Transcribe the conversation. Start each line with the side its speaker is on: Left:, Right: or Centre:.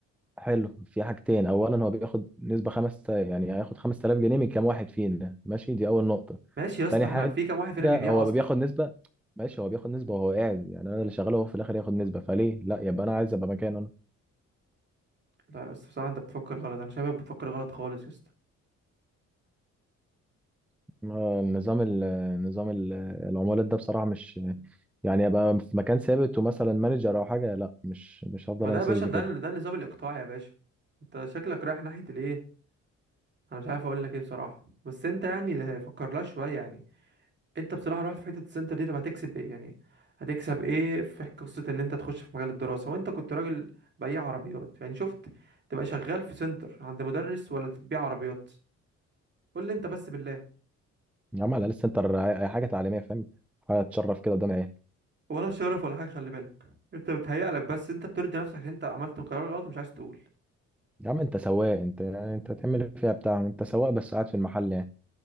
Centre: حلو في حاجتين اولا هو بياخد نسبه خمس يعني هياخد 5000 جنيه من كام واحد فينا ماشي دي اول نقطه
Right: ماشي يا اسطى
Centre: تاني
Right: احنا
Centre: حاجه
Right: في كام واحد فينا بيبيع
Centre: هو
Right: اصلا
Centre: بياخد نسبه ماشي هو بياخد نسبه وهو قاعد يعني انا اللي شغاله هو في الاخر ياخد نسبه فليه لا يبقى انا عايز ابقى مكانه انا
Right: لا يا اسطى بصراحة انت بتفكر غلط انا شايفك بتفكر غلط خالص يا اسطى
Centre: ما- نظام ال- نظام ال- العمولات ده بصراحه مش يعني ابقى في مكان ثابت ومثلا مانجر او حاجه لا مش مش هفضل
Right: ما ده
Centre: انا
Right: يا
Centre: سيلز
Right: باشا ده
Centre: كده
Right: ده النظام الاقطاعي يا باشا انت شكلك رايح ناحية الايه انا مش عارف اقول لك ايه بصراحة بس انت يعني فكر لها شوية يعني انت بصراحه رحت في حته السنتر دي طب هتكسب ايه يعني هتكسب ايه في قصه ان انت تخش في مجال الدراسه وانت كنت راجل بياع عربيات يعني شفت تبقى شغال في سنتر عند مدرس ولا تبيع عربيات قول لي انت بس بالله
Centre: يا عم على الاقل السنتر عاي- حاجه تعليميه فاهم حاجه تشرف كده قدام العيال
Right: ولا شرف ولا حاجه خلي بالك انت بتهيألك بس انت بترضي نفسك ان انت عملت القرار الغلط ومش عايز تقول
Centre: يا عم انت سواق انت يعني انت هتعمل إيه فيها بتاع انت سواق بس قاعد في المحل يعني